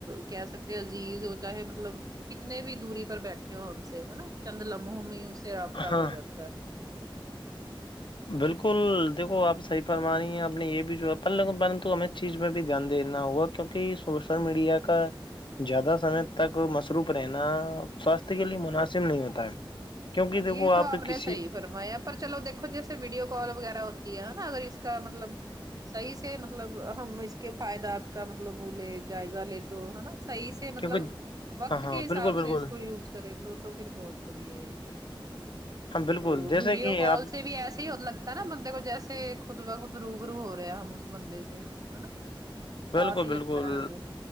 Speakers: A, on the right; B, on the left.
A: کہہ سکتے عزیز ہو چاہے مطلب کتنے بھی دوری پر بیٹھے ہو ہم سے ہے نا چند لمح میں ہی ان سے رابطہ
B: ہاں
A: ہو جاتا ہے
B: بالکل دیکھو آپ صحیح فرم رہی
A: ہاں
B: ہیں آپ نے یہ بھی جو پ لن پرنت ہمیں چیز پہ بھی دھیان دینا ہوگا کیونکہ سوشل میڈیا کا زیادہ سمے تک مصروف رہنا سواستھ کے لیے مناسب نہیں ہوتا ہے کیونکہ دیکھو
A: یہ تو آپ
B: کسی
A: نے صحی فرمایا پر چلو دیکھو جیسے ویڈیو کال وغیرہ ہوتی ہے نا اگر اس کا مطلب صحیح سے مطلب ہم اس کے فائدات کا مطلب وہ لے جائزہ لے تو ہے نا صحیح سے
B: کیونکہ
A: مطلب وقت
B: ہاں ہاں
A: کے حساب
B: بالکل بالکل
A: سے اس کو یوز کرے تو پھر بہت بڑھیا یہ ہے نا
B: ہاں بالکل
A: تو
B: جیسے
A: ویڈیو
B: کہ
A: کال
B: آپ
A: سے بھی ایسے ہی ملگ نا بندے کو جیسے خود و خود روبرو ہو رہا ہے اس بندے سے ہے نا
B: بالکل
A: پاس ہی
B: بالکل
A: لگتا ہے ہمیں